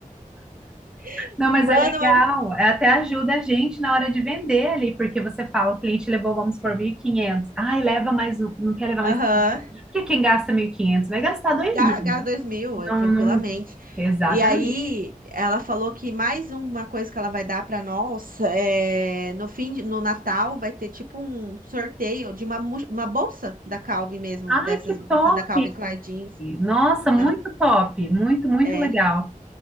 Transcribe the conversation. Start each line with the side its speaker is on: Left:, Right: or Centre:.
Right: <laughs>
Centre: Não,
Right: Manda
Centre: mas é legal.
Right: uma.
Centre: É, Até ajuda a gente na hora de vender ali, porque você fala, o cliente levou, vamos por 1.500. Ai, leva mais um, não quer levar mais
Right: Aham.
Centre: 500. Porque quem gasta 1.500? vai gastar dois
Right: Ga-
Centre: mil?
Right: Gás 2000,
Centre: Não,
Right: eu, tranquilamente.
Centre: não. Exatamente.
Right: E aí, ela falou que mais uma coisa que ela vai dar para nós é no fim de, no Natal vai ter tipo um sorteio de uma, mu- uma bolsa da Calvin mesmo,
Centre: Ai,
Right: dessas
Centre: que
Right: bolsas
Centre: top!
Right: da Calvin Klein Jeans.
Centre: Nossa, muito
Right: Ah,
Centre: top, muito, muito
Right: é.
Centre: legal.